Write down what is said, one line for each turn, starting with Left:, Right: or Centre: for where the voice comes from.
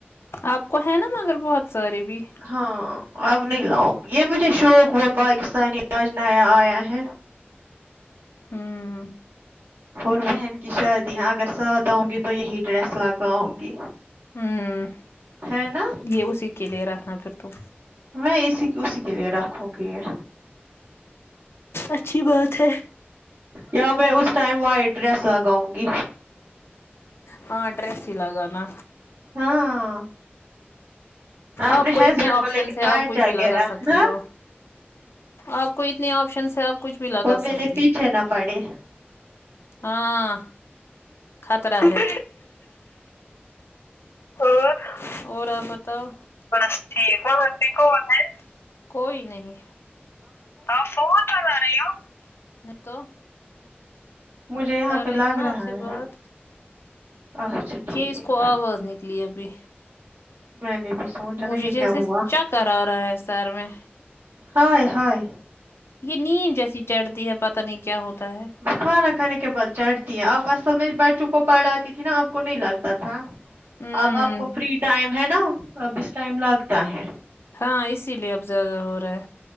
Left: آپ کو ہے نا مگر بہت سارے بھی
Right: ہاں اب نہیں لاؤں گی یہ مجھے شوق ہوا پاکستانی آج نیا آیا ہے
Left: ھممم
Right: اور بہن کی شادی ہے اگر سات اؤں گی تو یہی ڈریس لگاؤں گی
Left: ھممم
Right: ہے نا
Left: یہ اسی کے لیے رکھنا پھر تم
Right: میں اسی اسی کے لیے رکھوں گی یہ
Left: اچھی بات ہے
Right: یا میں اس ٹائم وائٹ ڈریس لگاؤں گی
Left: ہاں ڈریس ہی لگانا
Right: ہاں اپنے
Left: آپ
Right: ہسبینڈ
Left: اتنے آپشنس
Right: کو لیکے
Left: ہے
Right: باہر
Left: آپ کچھ
Right: جاکے
Left: بھی لگا
Right: رکھنا
Left: سکتی ہو آپ کو اتنے آپشنس سے آپ کچھ بھی لگا
Right: وہ میرے
Left: سکتی
Right: پیچھے
Left: ہو
Right: نہ پڑے
Left: ہاں خطرہ ہے اور اور آپ بتاو بس ٹھیک ہوں آپکے کون ہے کوئی نہیں آپ فون چلا رہی ہو نہیں تو
Right: مجھے یہاں
Left: کر
Right: پہ
Left: رہی
Right: لگ
Left: ہوں نا
Right: رہا
Left: آپ سے
Right: ہے
Left: بات
Right: اچھا ٹھیک
Left: یہ اس کو آواز نکلی ابھی
Right: میں نے بھی سوچا
Left: مجھے
Right: نا یہ
Left: جیسے
Right: کیا ہوا
Left: چکر آ رہا ہے سر میں
Right: ہائے ہائے
Left: یہ نیند جیسی چڑھتی ہے پتہ نہیں کیا ہوتا ہے
Right: کھانا کھانے کے بعد چڑھتی ہے آپ اصل میں بچوں کو پڑھاتی تھی نا آپ کو نہیں لگتا تھا
Left: ہوں
Right: اب آپ کو فری ٹائم ہے نا اب اس ٹائم لگتا ہے
Left: ہاں اسی لیے اب زیادہ ہو رہا ہے